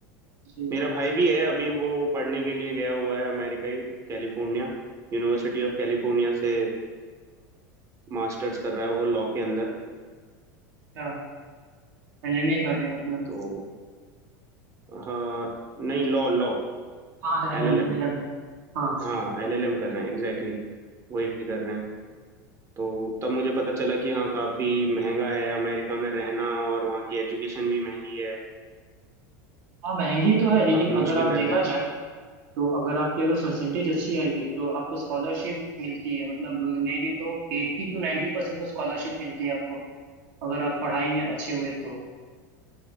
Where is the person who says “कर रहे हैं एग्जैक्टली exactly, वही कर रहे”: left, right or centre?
Right